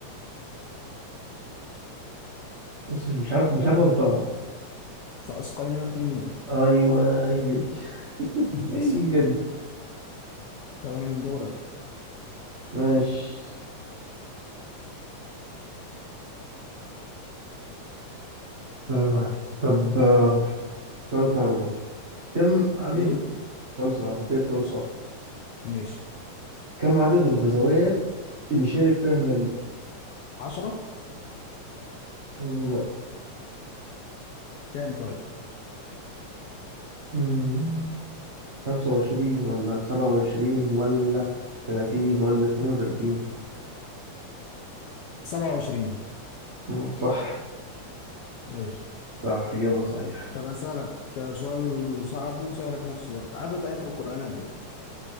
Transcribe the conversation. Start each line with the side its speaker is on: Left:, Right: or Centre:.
Right: بص مش مش عارف مش عارف أنطقها
Left: فأسقيناكم
Right: أيوه هي دي <laughs>
Left: <laughs>
Right: هي
Left: ماشي
Right: دي
Left: تمام دورك
Right: ماشي آه، طب آه، سؤال صعب ده كم عدد
Left: إيه
Right: سؤال صعب أديك سؤال صعب
Left: ماشي
Right: كم عدد الغزوات اللي شارك فيها النبي؟
Left: عشرة
Right: مم، لا.
Left: كام طيب
Right: مم، 25 ولا 27 ولا 30 ولا 32
Left: سبعة وعشرين
Right: مم، صح
Left: ماشي
Right: صح إجابة صحيح
Left: طب أسألك سؤال صعب وسهل في نفس الوقت عدد آيات القرآن قد إيه